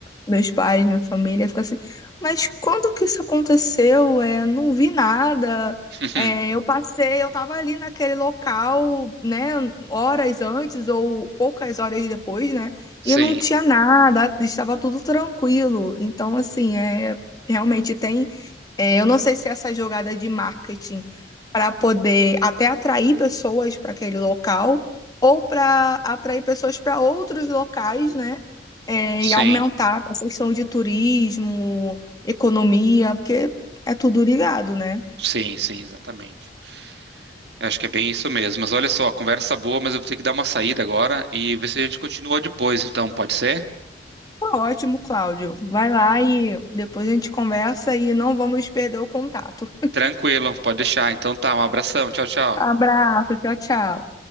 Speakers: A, on the left (about 20°); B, on the right (about 65°).
A: meus pais, minha família, ficou assim, mas quando que isso aconteceu? É, não vi nada.
B: <laughs>
A: É, eu passei, eu tava ali naquele local, né, horas antes ou poucas horas depois, né,
B: Sim,
A: e não tinha nada, estava tudo tranquilo. Então, assim, é, realmente tem é, eu não sei se essa jogada de marketing para poder até atrair pessoas para aquele local ou para atrair pessoas para outros locais, né? É,
B: sim,
A: e aumentar a questão de turismo, economia, porque é tudo ligado, né?
B: sim, sim, exatamente. Eu acho que é bem isso mesmo. Mas olha só, conversa boa, mas eu vou ter que dar uma saída agora e ver se a gente continua depois, então, pode ser?
A: Tá Ótimo, Cláudio. Vai lá e depois a gente conversa e não vamos perder o contato.
B: Tranquilo, pode deixar. Então tá, um abração. Tchau, tchau.
A: Abraço, tchau, tchau.